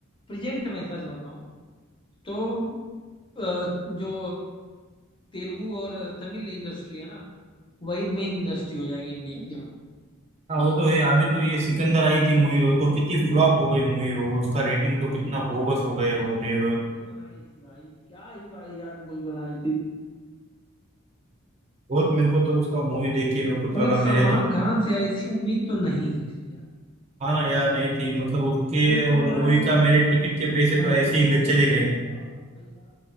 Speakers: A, on the left (about 25°); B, on the right (about 30°).
A: प्रेजेंट में सच बताऊं तो अ, जो तेलुगु और तमिल इंडस्ट्री है ना वही मेन इंडस्ट्री हो जाएगी इंडिया की अपने
B: वो तो है अभी तो ये सिकंदर आई थी मूवी हो तो कितनी फ्लॉप हो गई मूवी हो उसका रेटिंग
A: भाई
B: तो कितना
A: क्या
B: बोगस
A: ही
B: हो गए
A: वाहियात
B: हो रे-
A: मूवी बनाई थी भाई क्या ही वाहियात मूवी बनाई थी
B: बहुत मेरे को तो उसका मूवी देख के मेरे को तो
A: मतलब
B: लगा मेरे
A: सलमान
B: तो
A: खान से ऐसी उम्मीद तो नहीं ही थी यार
B: हाँ ना यार नहीं थी मतलब उसके
A: एक
B: वो
A: तो वो
B: मूवी
A: ना यार
B: का
A: क्या
B: मेरे
A: डायरेक्टर
B: टिकट के पैसे
A: साजिद
B: तो ऐसे ही गए-
A: ना,
B: चले गए
A: नादिया वाला भाई साहब